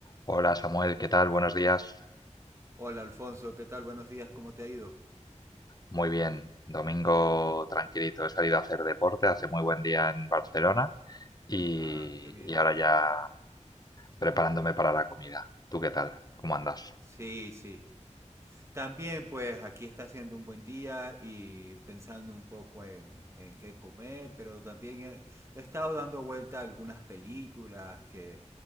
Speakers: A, on the left (about 30°); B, on the right (about 20°).
A: Hola Samuel, ¿qué tal? Buenos días.
B: Hola Alfonso, ¿qué tal? Buenos días, ¿cómo te ha ido?
A: Muy bien, domingo tranquilito. He salido a hacer deporte, hace muy buen día en Barcelona y,
B: Ah, qué bien.
A: y ahora ya preparándome para la comida. ¿Tú qué tal? ¿Cómo andas?
B: Sí, sí. También pues aquí está haciendo un buen día y pensando un poco en, en qué comer, pero también he, he estado dando vuelta a algunas películas que,